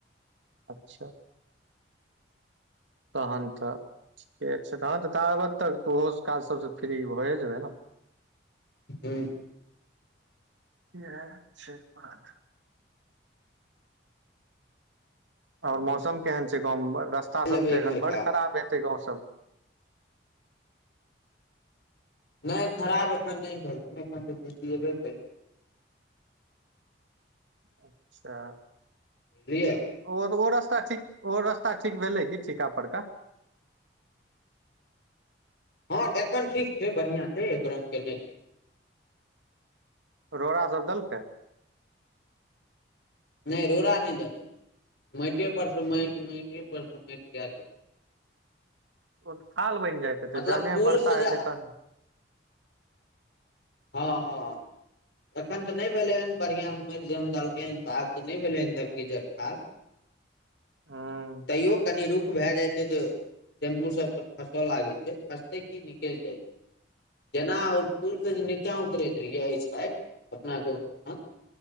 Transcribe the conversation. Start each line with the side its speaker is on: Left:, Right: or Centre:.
Right: अच्छा तहन त ठीके छै तहन त ताबत तक ओहो काज सब से फ्री भए जेबै न
Left: हम्म
Right: इहा छै बात औ मौसम केहन छै गाँंव मे रस्ता
Left: लेबै
Right: सब ते
Left: इम्हरका
Right: एखन बड़ खराब हेते गाँंव सब
Left: नै खराब एखन नै भेल, एखन त झिसिये बे कइलै।
Right: अच्छा।
Left: दिया
Right: ओ ओ रस्ता ठिक ओ हो रास्ता ठिक भेलै की ठिका परका।
Left: हँ एखन ठिक छै बढ़ियां छै एक रंग कैने छै
Right: रोड़ा सब देलकै।
Left: नै रोड़ा नै दैने छै माइटे पर से माइट माइट पर से माइट कए क।
Right: ओ थाल बैन जायत हेतै
Left: मतलब
Right: जहने
Left: पुल
Right: वर्षा
Left: से
Right: हेतै
Left: जे
Right: तहने।
Left: हाँ हाँ एखन त नै भेलै हन बढ़िआँ हमे एलियै हन त देलकै हन त आब त नै भेलै हन धमगीचार थाल।
Right: हूँ
Left: तैयो कनि रुख। भैए जाय छै जे टेंपु सब त फंस लागे छै फसते की निकल जाय छै। जेना ओ पूल से जे नीचाँ उतरैत रैहिये अय साइड। अपना गाँवदिसन